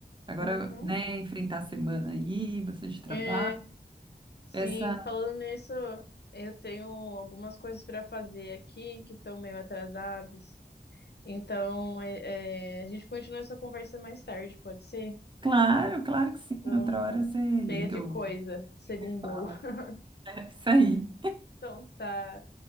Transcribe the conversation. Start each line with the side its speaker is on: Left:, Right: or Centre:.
Right: Agora,
Left: Uhum.
Right: né, enfrentar a semana aí, bastante trabalho.
Left: É, sim,
Right: Essa,
Left: falando nisso, eu tenho algumas coisas para fazer aqui que estão meio atrasadas. Então, é- é, a gente continua essa conversa mais tarde, pode ser?
Right: claro, claro que sim.
Left: Então,
Right: Outra hora você liga
Left: cheia de
Right: ou
Left: coisa, segundou.
Right: se fala.
Left: <laughs>
Right: É isso aí.
Left: Então tá.